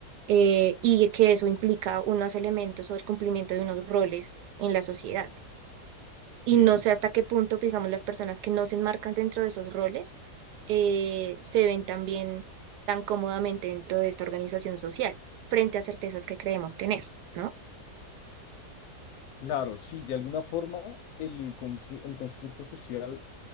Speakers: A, on the right; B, on the left.
A: eh, y que eso implica unos elementos o el cumplimiento de unos roles en la sociedad. Y
B: Sí.
A: no sé hasta qué punto, digamos, las personas que no se enmarcan dentro de esos roles eh, se ven también tan cómodamente dentro de esta organización social, frente a certezas que creemos tener, ¿no?
B: Claro, sí, de alguna forma el, constru- el constructo social